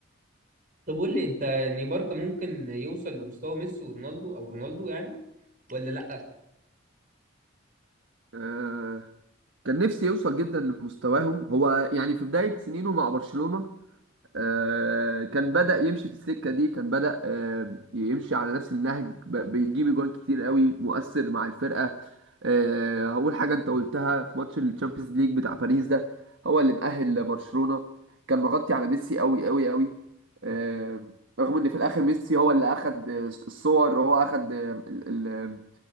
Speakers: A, on the right; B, on the right.
A: طب قول لي انت نيمار كان ممكن يوصل لمستوى ميسي ورونالدو او رونالدو يعني ولا لا
B: يعني كان نفسي يوصل جدا لمستواهم هو يعني في بداية سنينه مع برشلونة آه، كان بدأ يمشي في السكة دي كان بدأ آه، يمشي على نفس النهج ب- بيجيب جوان كتير قوي مؤثر مع الفرقة آه، هقول حاجة انت قلتها في ماتش الشامبيونز ليج بتاع باريس ده هو اللي مأهل برشلونة كان مغطي على ميسي قوي قوي قوي آه، رغم ان في الاخر ميسي هو اللي اخد آه، الصور هو اخد آه، ال- ال-